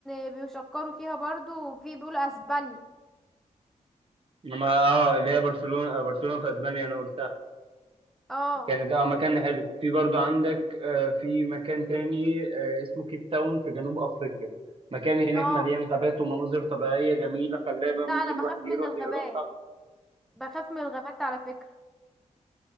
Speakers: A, in the centre; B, on the right.
A: آه، بيشكروا فيها برضو وفي بيقولوا أسبانيا
B: إنما اه اللي هي برشلونة آه، برشلونة في أسبانيا أنا قلت
A: اه
B: كانت اه مكان حلو في برضو عندك آه، في مكان تاني آه، اسمه كيب تاون في جنوب افريقيا مكان هناك
A: اه
B: مليان غابات ومناظر طبيعية جميلة خلابة ممكن
A: لا أنا بخاف
B: الواحد يروح
A: من الغابات
B: يروحها
A: بخاف من الغابات على فكرة